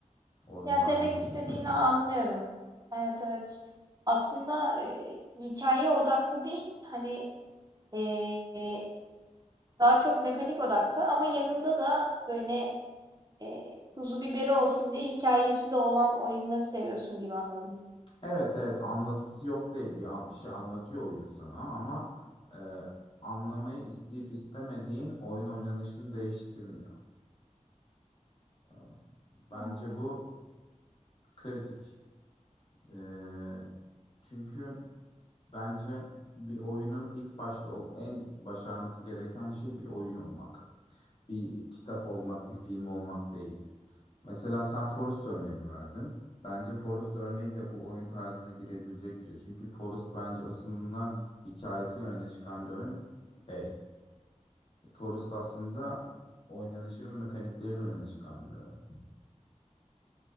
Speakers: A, on the left (about 45°); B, on the right (about 30°).
A: Onu
B: Ya
A: daha
B: demek
A: önce duymuş
B: istediğini
A: muydun?
B: anlıyorum. Evet evet. Aslında e, hikaye odaklı değil, hani e, daha çok mekanik odaklı ama yanında da böyle e, tuzu biberi olsun diye hikayesi de olan oyunları seviyorsun gibi anladım.
A: Evet evet anlatısı yok değil. Bir, an- bir şey anlatıyor oyun sana ama e, anlamayı isteyip istemediğin oyun oynanışını değiştirmiyor. E, bence
B: Hmm,
A: bu kritik. E, çünkü bence bir oyunun ilk başta ol- en başarması gereken şey bir oyun olmak. bir kitap olmak, bir film olmak değil. Mesela sen Forest örneğini verdin. Bence Forest örneği de bu oyun tarzına girebilecek bir şey. Çünkü Forest bence aslında hikayesiyle öne çıkan bir oyun değil. Forest aslında oynanışı ve mekanikleriyle öne çıkan bir oyun.